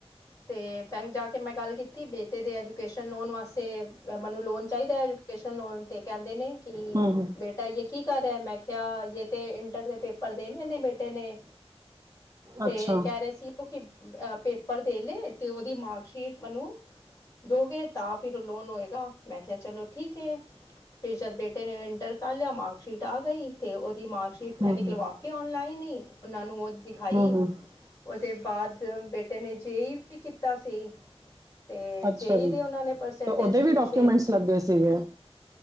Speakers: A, on the left; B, on the right.
A: ਅਤੇ ਬੈਂਕ ਜਾ ਕੇ ਮੈਂ ਗੱਲ ਕੀਤੀ ਬੇਟੇ ਦੇ ਐਜੂਕੇਸ਼ਨ ਲੋਨ ਵਾਸਤੇ ਮੈਨੂੰ ਲੋਨ ਚਾਹੀਦਾ ਐ। ਕੇਸ਼ਵ ਲੋਨ ਤੇ ਕਹਿੰਦੇ ਨੇ ਕਿ
B: ਹੂੰ ਹੂੰ
A: ਬੇਟਾ ਯੇ ਕੀ ਕਰਹਾ ਮੈਂ ਕਿਹਾ ਯੇ ਤੇ ਇੰਟਰ ਦੇ ਪੇਪਰ ਦੇਣੇ ਨੇ ਬੇਟੇ ਨੇ। ਤੇ
B: ਅੱਛਾ
A: ਕਹਿ ਰਹੇ ਸੀ ਉਹ ਕਿ ਪੇਪਰ ਦੇ ਲਏ ਤੇ ਉਹਦੀ ਮਾਰਕਸ਼ੀਟ ਮਨੂੰ ਦੋਗੇ ਤਾਂ ਫਿਰ ਲੋਨ ਹੋਏਗਾ ਮੈਂ ਕਿਹਾ ਚਲੋ ਠੀਕ ਹੈ ਤੇ ਜਦ ਬੇਟੇ ਨੇ ਇੰਟਰ ਕਰ ਲਿਆ ਮਾਰਕਸ਼ੀਟ ਆ ਗਈ ਤੇ ਉਹਦੀ ਮਾਰਕ ਸ਼ੀਟ ਮੈਂ
B: ਹੂੰ
A: ਨਿਕਲਵਾ
B: ਹੂੰ
A: ਕੇ ਆਨਲਾਈਨ ਹੀ ਉਹਨਾ ਨੂੰ ਉਹ ਦਿਖਾਈ
B: ਹੂੰ ਹੂੰ
A: ਉਹਦੇ ਬਾਅਦ ਬੇਟੇ ਨੇ ਜੇ ਵੀ ਕੀਤਾ ਸੀ ਤੇ
B: ਅੱਛਾ
A: ਜੇਈ
B: ਜੀ
A: ਦੇ ਉਹਨਾਂ ਨੇ ਪਰਸੈਂਟੇਜ
B: ਤੇ ਉਹਦੇ
A: ਪੁੱਛੇ
B: ਵੀ ਡਾਕੂਮੈਂਟਸ ਲੱਗੇ ਸੀਗੇ